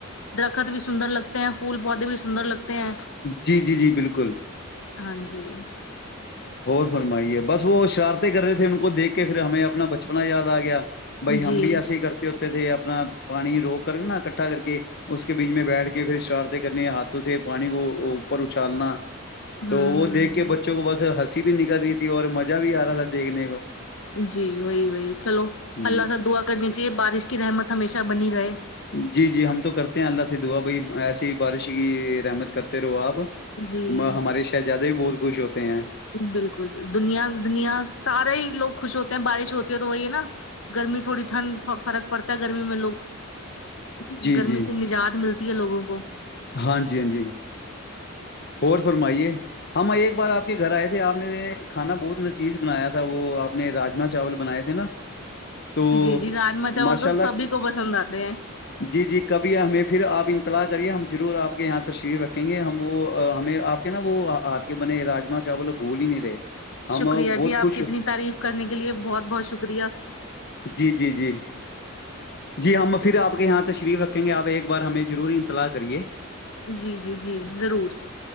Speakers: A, on the left; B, on the left.
A: درخت بھی سندر لگتا تے ہیں پھول پودے بھی سندر لگتے ہیں
B: جی جی جی بالکل
A: ہاں جی
B: اور فرمائیے بس وہ شرارتیں کر رہے تھے ان کو دیکھ کے پھر ہمیں اپنا بچپنا یاد آ گیا بھائی ہم
A: جی
B: بھی ایسے ہی کرتے ہوتے تھے اپنا پانی روک کر نا کٹھا کر کے اس کے بیچ میں بیٹھ کے پھر شرارتیں کرنی ہاتھوں سے پانی کو اوپر اچھالنا
A: ہوں
B: تو وہ
A: ہوں
B: دیکھ کے
A: ہوں
B: بچوں کو بس ہنسی بھی نکل رہی تھی اور مزہ بھی آ رہا تھا دیکھنے کو
A: جی وہی وہی چلو
B: ہوں
A: الله سے دعا کرنی چاہیے بارش کی رحمت ہمیشہ بنی رہے
B: جی جی ہم تو کرتے ہیں الله سے دعا بھیی ایسی ہی بارش کی رحمت کرتے رہو آپ
A: جی
B: ماں ہمارے شہزادہ بھی بہت خوش ہوتے ہیں
A: بالکل بالکل دنیا دنیا سارے ہی لوگ خوش ہوتے ہیں بارش ہوتی ہے تو وہی ہے نا گرمی تھوڑی ٹھنڈ فرق پڑتا ہے گرمی میں لوگ
B: جی
A: گرمی
B: جی
A: سے نجات ملتا تی ہے لوگوں کو
B: ہاں جی ہاں جی اور فرمائیے ہم ایک بار آپ کے گھر آئے تھے آپ نے کھانا بہت نچیذ بنایا تھا وہ آپ نے راجما چاول بنائے تھے نا تو
A: جی جی راجما چاول
B: ماشاء
A: تو
B: اللہ
A: سبھی کو پسند آتے ہیں
B: جی جی کبھی ہمیں پھر آپ انطلاع کریے ہم ضرور آپ کے یہاں تشریف رکھیں گے ہم وہ ہمیں آپ کے نا وہ ہاتھ کے بنے راجما چاول بھول ہی نہیں رہے ہم
A: شکریہ
B: بہت
A: جی آپ
B: خوش
A: کی اتنی تعریف کرنے کے لیے بہت بہت شکریہ
B: جی جی جی جی ہم
A: چلیے
B: پھر آپ کے یہاں تشریف رکھیں گے آپ ایک بار ہمیں ضرور انطلاع کریے
A: جی جی جی ضرور